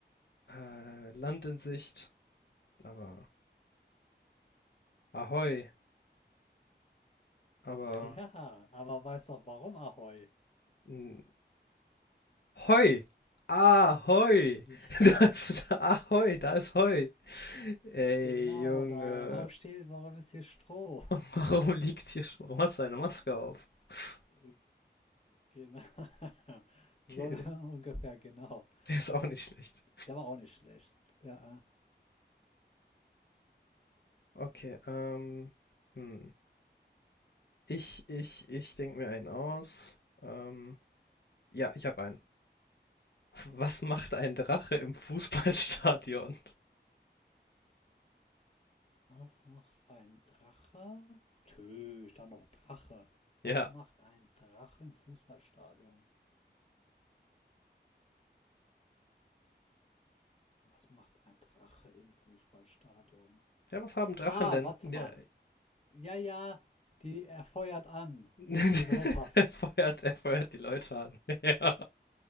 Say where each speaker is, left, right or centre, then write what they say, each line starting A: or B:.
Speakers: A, on the left; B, on the left.
A: Äh, Land in Sicht. Aber Ahoi. Aber
B: Ja, aber weißt doch warum, Ahoi?
A: n- Hoi. Ahoi.
B: Ja,
A: <laughs> Da ist Ahoi. Da ist Hoi. Ey,
B: genau,
A: Junge.
B: da, warum steht, warum ist hier Stroh?
A: <laughs> Warum liegt hier schon? Warum hast du eine Maske auf? <laughs>
B: Äh, Genau. <laughs> So
A: Okay,
B: <laughs> ungefähr, genau.
A: der ist auch nicht schlecht.
B: Der war auch nicht schlecht. Ja. äh.
A: Okay, ähm, hm. Ich, ich, ich denke mir einen aus. Ähm, ja, ich habe einen. <laughs> Was macht ein Drache im Fußballstadion? <laughs>
B: Was macht ein Drache? Tö, stand noch Drache. Was
A: Ja.
B: macht ein Drache im Fußballstadion? Was macht ein Drache im Fußballstadion?
A: Ja, was haben Drachen
B: Ah,
A: denn?
B: warte
A: Ja.
B: mal. Ja, ja, die er feuert an.
A: <laughs>
B: Irgendwie sowas.
A: Er feuert, er feuert die Leute an. <laughs> Ja.